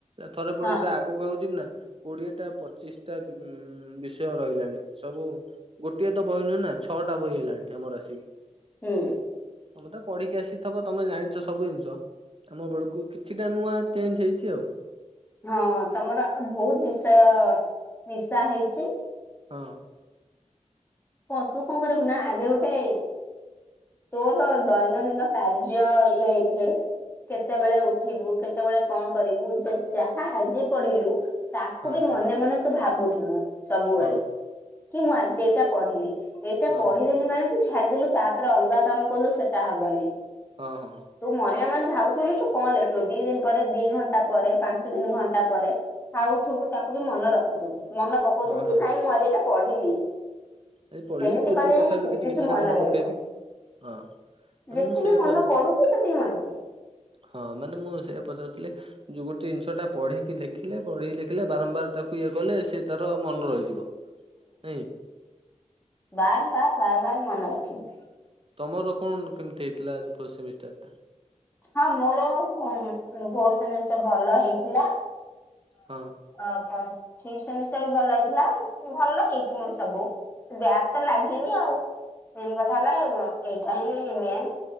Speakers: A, on the right; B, on the left.
A: ଥରେ ପଡିବୁ
B: ହଁ
A: ତା ଆଗକୁ ଆଉ ଯିବୁ ନା? କୋଡିଏଟା ପଚିଶ ଟା ବିଷୟ ରହିଲାଣି ସବୁ ଗୋଟିଏ ତ ବହିନୁ ନା। ଛଅଟା ବହି ହେଲାଣି ଆମର ଆସିକି।
B: ହୁଁ।
A: ତମେ ତ ପଢିକି ଆସିିଥିବ ତମେ ଜାଣିଛ ସବୁ ଜିନିଷ। ଆମ ବେଳକୁ କିଛିଟା ନୂଆ ଚେଞ୍ଜ ହେଇଛି ଆଉ।
B: ହଁ ତମର ବହୁତ ବିଷୟ ମିଶା ହେଇଛି।
A: ହଁ।
B: କ ତୁ କଣ କରିବୁ ନା ଆଗେ ଗୋଟେ ତୋର ଦୈନଦିନ କାର୍ଯ୍ୟ ଲେଖେ। କେତେବେଳେ ଉଠିବୁ କେତେବେଳେ କଣ କରିବୁ ଯ ଯାହା ଆଜି ପଢିଲୁ ତାକୁ
A: ହଁ
B: ବି ମନେ ମନେ ତୁ ଭାବୁଥୁବୁ ସବୁବେଳେ
A: ହଁ
B: କି ମୁଁ ଆଜି ଏଇଟା ପଢିଲି। ଏଇଟା
A: ହଁ
B: ପଢିଦେଲୁ
A: ହଁ ହଁ
B: ମାନେ ତୁ ଛାଡିଦେଲୁ ତାପରେ ଅଲଗା କାମ କଲୁ ସେଟା ହବନି।
A: ହଁ ହଁ।
B: ତୁ ମନେ ମନେ ଭାବୁଥିବୁ କି ତୁ କଣ ଲେଖିଲୁ ଦି ଦିନି ପରେ ଦି ଘଣ୍ଟା ପରେ ପାଞ୍ଚ ଦିନ ଘଣ୍ଟା ପରେ ଖାଉଥୁବୁ ତାକୁ ବି ମନେ ରଖୁଥୁବୁ ମନେ ପକଉଥୁବୁ
A: ହଁ ହଁ
B: କି ନାଇଁ ମୁଁ ଆଜି ଏଟା ପଢିଲି।
A: ଏଇ ପଢିଲି
B: ସେମିତି
A: ପୂର୍ବ
B: କଲେ
A: କଥା
B: ହେଁ
A: ବି
B: କିଛି କିଛି
A: କିଛିଟା
B: ମନେ ରହିବ।
A: ପକେଇବି ହଁ
B: ଯେତିକି
A: ମୁଁ ସେ
B: ମନେ
A: ପଚ
B: ପଡୁଚି ସେତିକି ମନେ ପକେଇବୁ।
A: ହଁ ମାନେ, ମୁଁ ସେଇୟାପଚାରୁଥିଲି ଯୋଉ ଗୋଟେ ଜିନିଷ ଟା ପଢିକି ଲେଖିଲେ, ପଢିକି ଲେଖିଲେ ବାରମ୍ବାର ତାକୁ ଇଏ କଲେ ସେ ତାର ମନ ରହିଯିବ। ଏଇ
B: ବାର୍, ବାର୍, ବାର୍, ବାର୍ ମନେ ରଖିବୁ।
A: ତମର କଣ କେମିତି ହେଇଥିଲା ଯୋ ଫୋର୍ ସେମିଷ୍ଟାରଟା?
B: ହଁ ମୋର ଫୋ-ଫୋର୍ ସେମିଷ୍ଟାର୍ ଭଲ ହେଇଥିଲା
A: ହଁ।
B: ଅ ଫିପ୍ ସେମିଷ୍ଟାର୍ ବିଭଲ ହେଇଥିଲା, ଭଲ ହେଇଚି ମୋର ସବୁ। ବ୍ୟାକ ତ ଲାଗିନି ଆଉ, ମେନ୍ କଥା ହେଲା ଏଇଟା ହିଁ ମେନ୍।